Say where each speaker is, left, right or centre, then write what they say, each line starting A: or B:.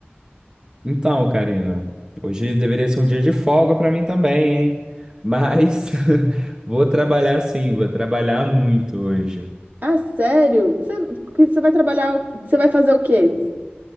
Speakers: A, on the right; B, on the right.
A: Então, Karina, hoje deveria ser um dia de folga para mim também, hein? Mas <laughs> vou trabalhar sim, vou trabalhar muito hoje.
B: Ah, sério? Você, que você vai trabalhar. Você vai fazer o quê?